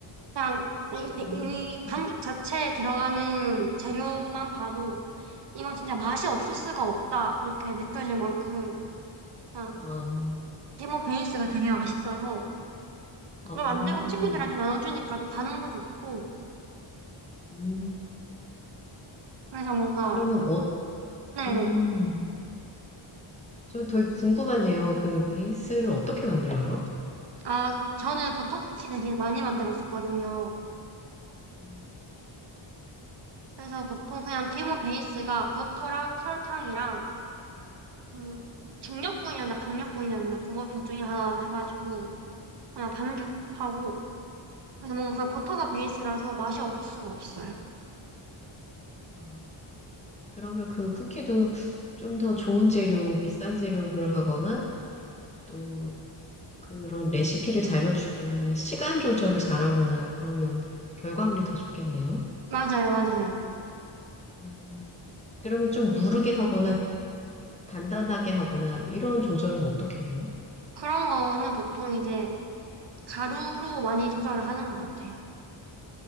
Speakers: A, on the right; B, on the left.
A: 그냥 이,
B: 오,
A: 이 반죽
B: 음.
A: 자체에 들어가는 재료만 봐도 이건 진짜 맛이 없을 수가 없다. 이렇게 느껴질 만큼, 그냥
B: 어,
A: 기본 베이스가 되게 맛있어서,
B: 어,
A: 또 만들고 친구들한테 나눠주니까 또 반응도 좋고
B: 음,
A: 그래서 뭔가
B: 그러면, 어,
A: 네네
B: 음, 저는 되게 궁금하네요. 그 베이스를 어떻게 만들어요?
A: 아 저는 버터쿠키 되게 많이 만들었었거든요
B: 음.
A: 그래서 보통 그냥 기본 베이스가 버터랑 설탕이랑 그 중력분이었나 박력분이었나 그거 둘 중에 하나 해가지고 그냥 반죽하고 그래서 뭔가 그 버터가 베이스라서 맛이 없을 수가 없어요
B: 아. 그러면 그 쿠키도 좀 더 좋은 재료, 비싼 재료를 하거나 또 그런 레시피를 잘 맞추거나 시간 조절을 잘하거나 그러면 결과물이 더 좋겠네요.
A: 맞아요 맞아요
B: 음, 그러면 좀 무르게 하거나 단단하게 하거나 뭐 이런 조절은 어떻게 해요?
A: 그런 거는 보통 이제 가루로 많이 조절을 하는 것 같아요